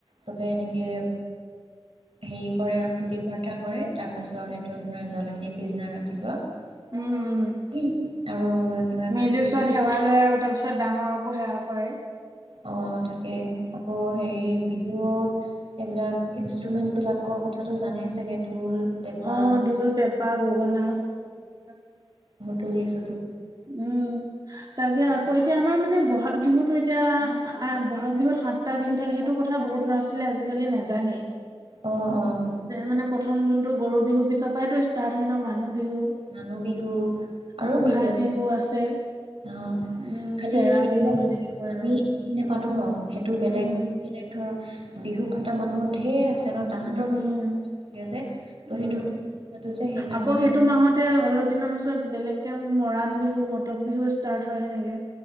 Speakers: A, on the right (about 85°); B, on the right (about 45°).
A: চবে এনেকে হেৰি কৰে আৰু ফূৰ্তি ফাৰ্তা কৰে, তাৰ পিছত এইটো আপোনাৰ জ্বলাই দিয়ে পিছনা ৰাতিপুৱা
B: উম উম
A: আৰু এইবিলাক
B: মেজিৰ
A: বিহু
B: ওচৰত সেৱা লয় আৰু তাৰপিছত ডাঙৰকো সেৱা কৰে
A: অ তাকে আকৌ হেৰি বিহু এইবিলাক ইনষ্ট্ৰুমেণ্টবিলাকৰ কথাটো জানেই চাগে ঢোল পেঁপা
B: অ ঢোল পেঁপা গগনা অ <inaudible>
A: তুলিছ
B: উম তাকে আকৌ এতিয়া আমাৰ মই মানে বহাগ বিহুতো এতিয়া বহাগ বিহুত সাতটা বিহু থাকে সেইটো কথা বহুত ল'ৰা ছোৱালী আজিকালি নাজানেই
A: অঁ অঁ
B: মানে প্ৰথম যোনটো গৰু বিহু পিছৰ পৰাই ষ্টাৰ্ট হয় ন মানুহ বিহু
A: মানুহ বিহু আৰু
B: গোসাই
A: বিহু আছে
B: বিহু আছে।
A: অ
B: উম
A: খালি
B: চেৰা
A: সেইবিলাক
B: বিহু এনেকে কয়
A: আমি
B: আৰু
A: আমি ন। পাতো ন। সেইটো বেলেগ
B: উম
A: বেলেগ ধৰক। বিহু পটা মানুহ ঢেৰ আছে। ন তাহাঁতৰ
B: উম
A: কিছুমান কালচাৰ থাকে যে ত' সেইটো
B: উম
A: আমি নাপাতো যে সেইকাৰণে
B: আকৌ সেইটো মাহতে অলপ দিনৰ পিছত বেলেগ। এক মৰাণ বিহু মটক বিহু ষ্টাৰ্ট হয় সেনেকে।